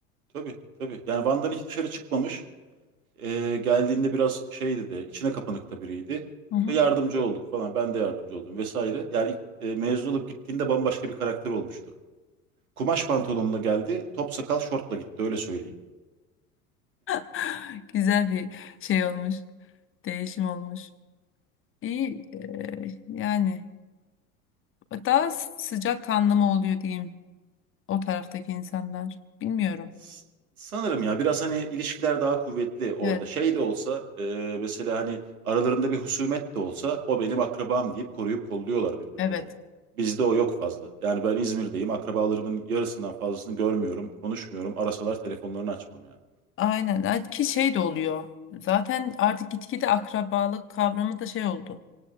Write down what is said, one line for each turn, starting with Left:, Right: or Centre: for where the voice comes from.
Right: tabii tabii. Yani Van'dan hiç dışarı çıkmamış. Ee, geldiğinde biraz şey dedi içine kapanıkta biriydi.
Left: Hı hı.
Right: Yardımcı olduk falan ben de yardımcı oldum vesaire. Yani ilk, e, mezun olup gittiğinde bambaşka bir karakter olmuştu. Kumaş pantolonla geldi top sakal şortla gitti öyle söyleyeyim.
Left: <laughs> Güzel bir şey olmuş. Değişim olmuş. İyi e, yani daha sıcak kanlı mı oluyor diyeyim o taraftaki insanlar. Bilmiyorum.
Right: S- Sanırım ya biraz hani ilişkiler daha kuvvetli orada.
Left: Evet,
Right: Şey de olsa e, mesela hani aralarında bir husumet de olsa o benim akrabam deyip koruyup kolluyorlar birbirlerini.
Left: evet.
Right: Bizde o yok fazla. Yani ben İzmir'deyim. Akrabalarımın yarısından fazlasını görmüyorum, konuşmuyorum. Arasalar telefonlarını açmam yani.
Left: Aynen. Ha, Ki şey de oluyor. Zaten artık gitgide akrabalık kavramı da şey oldu.